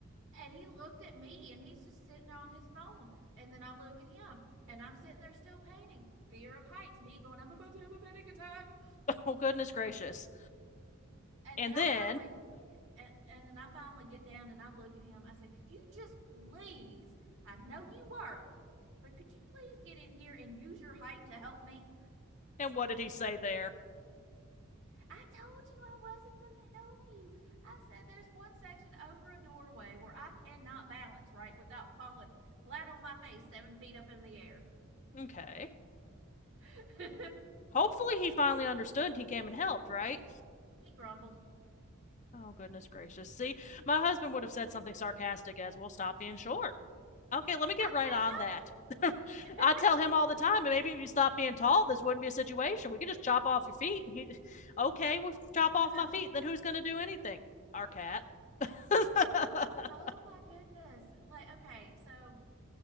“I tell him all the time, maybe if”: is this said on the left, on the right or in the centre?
Left